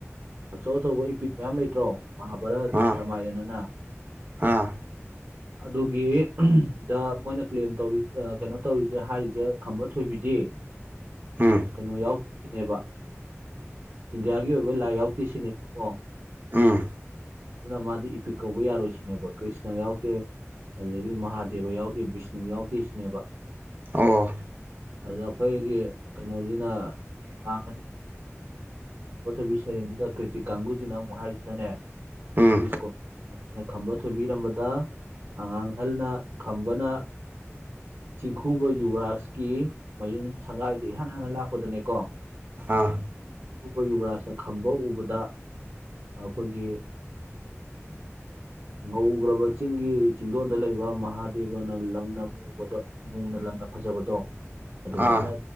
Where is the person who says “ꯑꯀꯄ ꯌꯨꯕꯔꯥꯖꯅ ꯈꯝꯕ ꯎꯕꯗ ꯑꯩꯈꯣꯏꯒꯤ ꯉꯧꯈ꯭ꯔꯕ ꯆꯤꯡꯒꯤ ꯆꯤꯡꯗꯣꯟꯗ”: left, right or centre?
Right